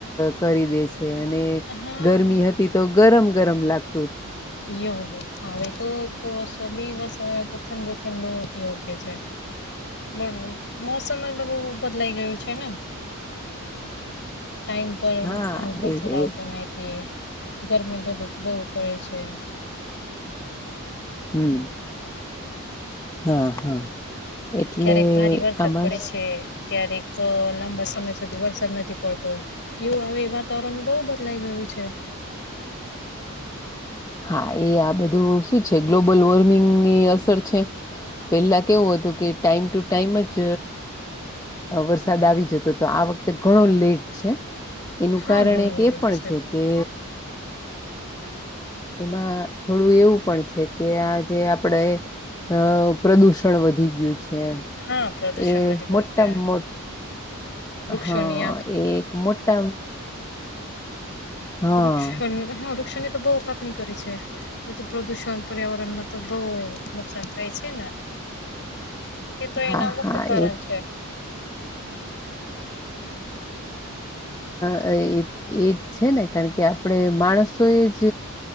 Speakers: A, on the left (about 15°); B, on the left (about 55°).
A: કરી દે છે. અને
B: હા
A: ગરમી હતી તો ગરમ ગરમ લાગતી.
B: એવું હે. હવે તો થોડોસો બી વરસાદ આવે તો ઠંડો ઠંડો યોગ્ય છે. ન‌ળનુ મોસમ એ બધું બદલાઈ
A: હા.
B: ગયું છે, ને ટાઈમ પર
A: હા
B: ખર્ચ
A: એજ
B: ધર
A: એજ
B: આવતો નથી. હું ગરમી બધ બહુ પડે છે.
A: હમ્મ. હા હા. એટલે
B: ક્યારેક ભારે વરસાદ
A: આમાં
B: પડે છે. ક્યારેક લાંબા સમય સુધી વરસાદ નથી પડતો એવું હ વાતાવરણ બહુ બદલાઈ ગયું છે.
A: હા એ આ બધું શું છે ગ્લોબલ વોર્મિંગની અસર છે પેલા કેવું. એવું હતું કે ટાઈમ ટુ ટાઈમ જ. વરસાદ આવી જતો તો આ વખતે ઘણો લેટ છે. એનું
B: હા
A: કારણ
B: ઘણું
A: એક
B: બદલાયું
A: એ પણ છે કે. એમાં થોડું એવું પણ છે કે આ જે આપડે. અ પ્રદુષણ વધી ગયું છે
B: હા પ્રદુષણ
A: એ
B: વધી ગયું
A: મોટા
B: છે
A: મોટ.
B: વૃક્ષોની
A: હા એક મોટા. હા
B: વૃક્ષ હા વૃક્ષ ને તો બહુ ક. કઈ કરી છે પ્રદુષણ પર્યાવરણમાં તો બહુ નુકસાન થાય છે ને. એ તો
A: હા
B: એના મુખ્ય
A: હા
B: કારણ
A: એ
B: છે.
A: અ એ એજ છે ને કારણ કે આપણે માણસો એ જ.